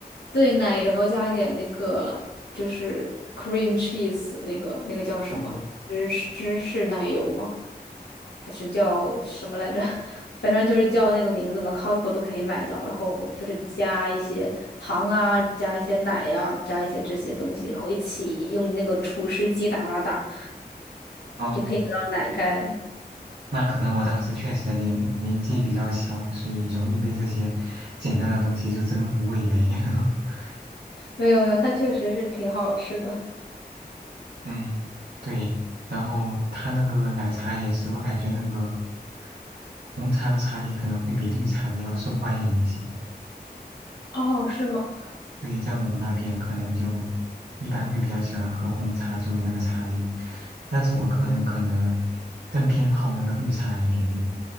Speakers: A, on the left; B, on the right.
A: 对，奶油加点那个就是 cream cheese 那个那个叫什么芝士芝士奶油吗？
B: 哦
A: 还是叫什么来着？<laughs> 反正就是叫那个名字嘛，Costco 都可以买到。然后就是加一些糖啊，加一些奶呀、啊加一些这些东西，然后一起用那个除湿机打打打，
B: 哦，哦
A: 就可以得到奶盖了。
B: 那可能我当时确实年年纪比较小，所以容易被这些简单的东西就征服味蕾。<laughs>
A: 没有没有，它确实是挺好吃的。
B: 嗯，对。然后他那个奶茶也是，我感觉那个红茶的茶底可能会比绿茶的要受欢迎一些。
A: 哦，是吗？
B: 对，在我们那边可能就一般会比较喜欢喝红茶作为那个茶底，但是我个人可能更偏好那个绿茶一点点，